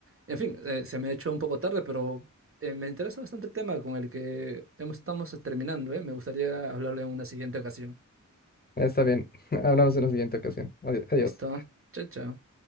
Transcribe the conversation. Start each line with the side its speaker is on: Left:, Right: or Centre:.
Right: En fin, eh, se me ha hecho un poco tarde, pero eh, me interesa bastante el tema con el que hemos- estamos terminando, ¿eh? Me gustaría hablarle en una siguiente ocasión.
Left: Está bien. <laughs> Hablamos en la siguiente ocasión. Adi- Adiós.
Right: ¿Listo? Chao, chao.